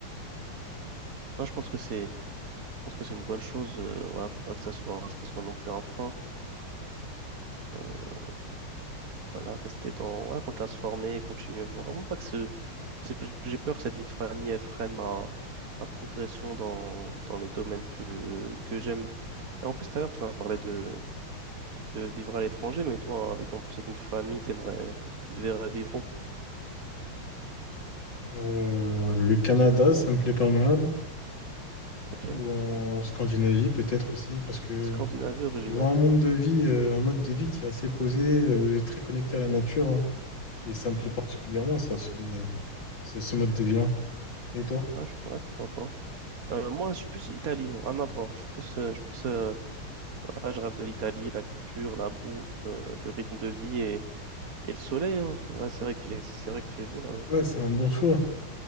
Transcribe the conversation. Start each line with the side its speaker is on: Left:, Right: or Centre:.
Right: Non, je pense que c'est, je pense que c'est une bonne chose. euh, voilà, faut pas que ça soit, ça soit non plus un frein. Euh, Voilà, rester dans, voilà, continuer à se former, continuer vraiment pas que ce, j'ai j'ai peur que cette vie de famille, elle freine ma, ma progression dans, dans les domaines que, que j'aime. Et en plus, tout à l'heure, tu m'as parlé de, de vivre à l'étranger, mais toi, avec, en plus, avec une famille, t'aimerais, tu te verrais vivre où?
Left: Euh, le Canada, ça me plaît pas mal.
Right: Ok.
Left: ou en Scandinavie peut-être aussi, parce que
Right: Scandinavie originale.
Left: ils ont un monde de vie, euh, un mode de vie qui est assez posé, euh, très connecté à la nature, hein. Et ça me plaît particulièrement, ça, ce, ce- ce mode de vie-là. Et toi?
Right: Ouais, je- ouais, pourquoi pas. Euh, moi, je suis plus Italie, rien à voir. Je suis plus, euh, je suis plus, euh, ouais, je rêve de l'Italie, la culture, la bouffe, euh, le rythme de vie et, et le soleil. hein. Ouais, c'est vrai qu'il, c'est vrai qu'il fait beau là.
Left: Ouais, c'est un bon choix.